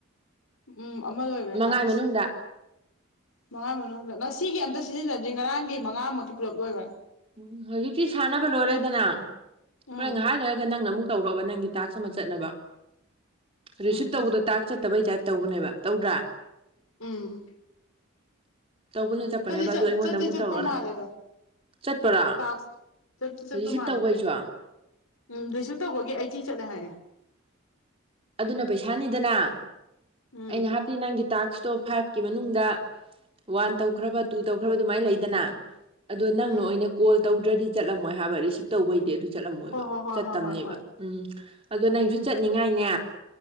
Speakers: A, on the left; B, on the right.
A: ꯎꯝ ꯑꯃ ꯂꯣꯏꯈ꯭ꯔꯦ
B: ꯃꯉꯥꯏ
A: ꯇꯥꯛꯁ
B: ꯃꯅꯨꯡꯗ
A: ꯃꯉꯥ ꯃꯅꯨꯡꯗ ꯉꯁꯤꯒꯤ ꯑꯝꯇ ꯁꯤꯖꯤꯟꯅꯗ꯭ꯔꯤ ꯉꯔꯥꯡꯒꯤ ꯃꯉꯥꯃꯨꯛꯀꯤ ꯄꯨꯂꯞ ꯂꯣꯏꯈ꯭ꯔꯥ
B: ꯎ ꯍꯧꯖꯤꯛꯇꯁꯤꯤ ꯁꯥꯟꯅꯕ ꯂꯣꯏꯔꯦꯗꯅ ꯑꯩꯣꯏ
A: ꯎꯝ
B: ꯉꯥꯏꯍꯥꯛ ꯂꯩꯔꯒ ꯅꯪꯅ ꯑꯃꯨꯛ ꯇꯧꯔꯛꯕ ꯅꯪꯒꯤ ꯇꯥꯛꯁ ꯑꯃ ꯆꯠꯅꯕ ꯔꯤꯁꯤꯞ
A: ꯎꯝ
B: ꯇꯧꯕꯗꯣ ꯇꯥꯛꯁ ꯆꯠꯇꯕꯩ ꯇꯥꯏꯞ ꯇꯧꯕꯅꯦꯕ ꯇꯧꯗ꯭ꯔꯥ
A: ꯎꯝ
B: ꯇꯧꯕꯅ ꯆꯠꯄꯅꯦꯕ
A: ꯆꯠꯗꯤ ꯆꯠ
B: ꯑꯗꯨ ꯑꯩꯉꯣꯟꯗ
A: ꯆꯗꯤ
B: ꯑꯃꯨꯛ
A: ꯆꯠꯄ
B: ꯇꯧꯔꯛꯑꯣꯅ
A: ꯃꯥꯂꯦꯗꯣ
B: ꯆꯠꯄꯔꯥ
A: ꯇꯥꯁ ꯆ ꯆꯁꯦ
B: ꯔꯤꯁꯤꯞ
A: ꯇꯨꯃꯅꯦ
B: ꯇꯧꯕꯩꯁꯨ
A: ꯎꯝ ꯑꯗꯨꯩꯁꯨ ꯇꯧꯕꯒꯤ ꯑꯩꯇꯤ ꯆꯠꯂꯦ ꯍꯥꯏꯌꯦ
B: ꯑꯗꯨꯅ ꯄꯩꯁꯥꯅꯤꯗꯅ
A: ꯎꯝ
B: ꯑꯩꯅ ꯍꯥꯞꯇ ꯅꯪꯒꯤ ꯇꯥꯛꯁ ꯇꯣꯞ ꯐꯥꯏꯚꯀꯤ ꯃꯅꯨꯡꯗ ꯋꯥꯟ ꯇꯧꯈ꯭ꯔꯕ ꯇꯨ ꯇꯧꯈ꯭ꯔꯕ ꯑꯗꯨꯃꯥꯏꯅ ꯂꯩꯗꯅ ꯑꯗꯣ ꯅꯪꯅ
A: ꯎꯝ
B: ꯑꯣꯏꯅ ꯀꯣꯜ ꯇꯧꯗ꯭ꯔꯗꯤ ꯆꯠꯂꯝꯃꯣꯏ ꯍꯥꯏꯕ ꯔꯤꯁꯤꯞ ꯇꯧꯕꯩꯗꯤ ꯑꯗꯨ ꯆꯠꯂꯝꯃꯣꯏꯕ
A: ꯍꯣꯏ ꯍꯣꯏ ꯍꯣꯏ
B: ꯆꯠꯇꯕꯅꯦꯕ
A: ꯍꯣꯏ ꯍꯣꯏ ꯍꯣꯏ
B: ꯎꯝ ꯑꯗꯣ ꯅꯪꯁꯨ ꯆꯠꯅꯤꯡꯉꯥꯏꯅꯦ